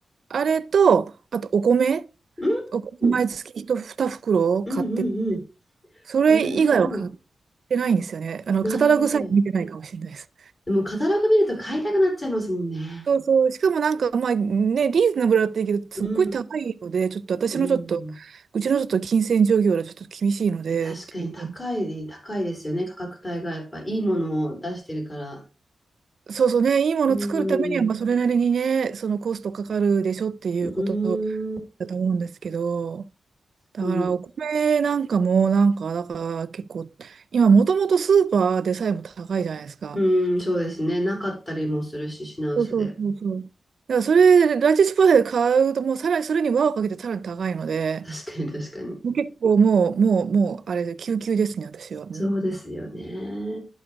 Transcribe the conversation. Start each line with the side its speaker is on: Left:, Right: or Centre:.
Right: あれと、あとお米、
Left: ん。
Right: お米毎月一2袋買って、
Left: うん、うん、うん。
Right: それ以外は買っ
Left: なるほど。
Right: てないんですよね。あの、
Left: なるほど。
Right: カタログさえ見てないかもしれないです。
Left: でも、カタログ見ると買いたくなっちゃいますもんね。
Right: そうそう。しかもなんか、まあね、リーズナブルだったらいいけど、
Left: うん。
Right: すっごい高いので、ちょっと私のちょっと、
Left: うん。
Right: うちのちょっと金銭状況はちょっと厳しいので、
Left: いや、確かに高い、
Right: っていう。
Left: 高いですよね。価格帯がやっぱいいものを出してるから。
Right: そうそうね、いいもの作るためには、
Left: うん。
Right: まあそれなりにね、そのコストかかるでしょっていうこと
Left: うん。
Right: だと思うんですけど、だからお米なんかも、
Left: 当に。
Right: なんか、だから結構、今もともとスーパーでさえも高いじゃないですか。
Left: うん、そうですね。なかったりもするし、品薄で。
Right: そうそうそうそう。だからそれ、ライチスーパーで買うと、もうさらにそれに輪をかけてさらに高いので、
Left: 確かに確かに。
Right: もう結構もう、もう、もう、あれで、救急ですね、私はもう。
Left: そうですよね。